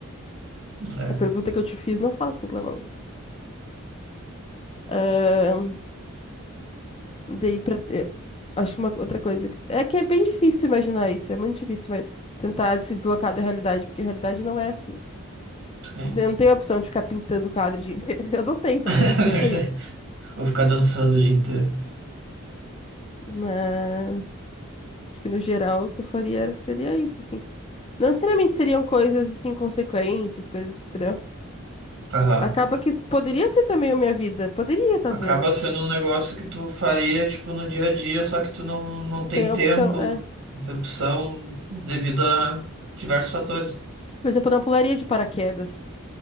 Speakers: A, on the right; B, on the left.
A: É,
B: A pergunta que eu te fiz não fala que tem que lavar louça. Ahn, daí pra ter. Acho que uma outra coisa. É que é bem difícil imaginar isso. É muito difícil mas tentar se deslocar da realidade, porque a realidade não é assim.
A: sim.
B: A gente Não
A: <laughs>
B: tem a opção de ficar pintando o quadro o dia inteiro. <laughs> Eu não tenho, pelo
A: É
B: menos, eu
A: verdade.
B: gostaria.
A: Vou ficar dançando o dia inteiro.
B: Mas acho que no geral o que eu faria era- seria isso, assim. Não necessariamente seriam coisas assim consequentes, coisas estranhas.
A: Aham.
B: Acaba que poderia ser também a minha vida. Poderia, talvez.
A: Acaba sendo um negócio que tu faria, tipo, no dia a dia, só que tu não, não tem
B: Tem a
A: tempo,
B: opção, é.
A: de opção, devido a diversos fatores.
B: Por exemplo, eu não pularia de paraquedas.